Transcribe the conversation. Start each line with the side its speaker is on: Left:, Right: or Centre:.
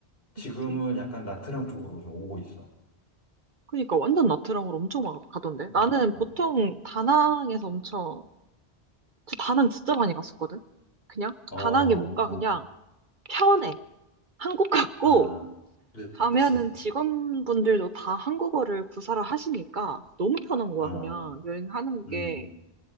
Left: 지금은
Right: 그치.
Left: 약간 나트랑 쪽으로 좀 오고 있어.
Right: 그니까 완전 나트랑으로 엄청 막 가던데. 나는
Left: 어, 어,
Right: 보통 다낭에서 엄청 저 다낭 진짜 많이 갔었거든. 그냥
Left: 어,
Right: 다낭이 뭔가
Left: 어,
Right: 그냥 편해. 한국 같고
Left: 아, 그렇지.
Right: 가면은 직원분들도 다 한국어를 구사를 하시니까 너무 편한 거야
Left: 아,
Right: 그냥 여행하는
Left: 음,
Right: 게.